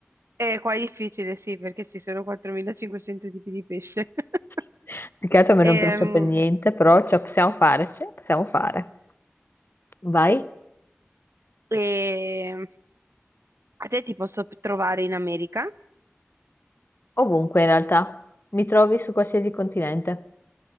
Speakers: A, on the right; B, on the left.
A: E qua è difficile, sì, perché ci sono 4500 tipi di pesce. <laughs>
B: <laughs> Più che altro a me non
A: Ehm,
B: piace per niente, però ce la possiamo fare, ce la possiamo fare. Vai
A: e a te ti posso trovare in America?
B: ovunque in realtà. Mi trovi su qualsiasi continente.